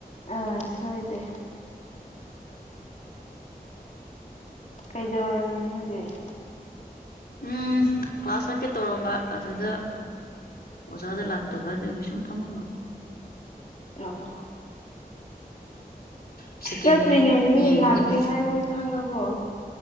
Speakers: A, on the left; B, on the left.
A: ꯑꯥ ꯁꯣꯏꯗꯦ ꯀꯩꯗꯧꯔꯝꯃꯤꯅꯣ ꯍꯧꯖꯤꯛ
B: ꯎꯝ ꯀ꯭ꯂꯥꯁ ꯈꯀꯩ ꯇꯧꯔꯝꯕ ꯑꯗꯨꯗ ꯑꯣꯖꯥꯗ ꯂꯥꯛꯇꯕ ꯑꯗꯨꯒꯤ ꯁꯨꯝ ꯐꯝꯃꯝꯕ
A: ꯑꯣ
B: ꯁꯦꯀꯦꯟ
A: ꯆꯠꯇ꯭ꯔꯤꯉꯩꯗꯒꯤ
B: ꯍꯦꯟ ꯌꯦꯡꯉꯒ
A: ꯂꯥꯛꯇꯦ
B: ꯂꯩ
A: ꯍꯥꯏꯕꯗꯨꯣ ꯈꯪꯉꯕꯣ